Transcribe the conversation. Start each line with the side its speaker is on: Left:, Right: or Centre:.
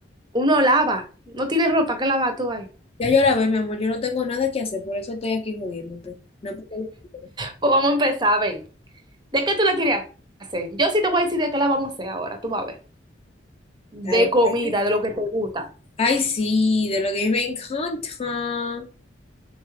Right: uno lava, no tienes ropa, ¿qué lava tú ahí?
Left: Ya yo la ve, mi amor, yo no tengo nada que hacer, por eso estoy aquí jodiéndote. No es porque yo quiero.
Right: Pues vamos a empezar, ven. ¿De qué tú la querías hacer? Yo sí te voy a decir de qué la vamos a hacer ahora, tú vas a ver.
Left: Dale,
Right: De comida,
Left: pa' allá.
Right: de lo que te gusta.
Left: Ay, sí, de lo que me encanta.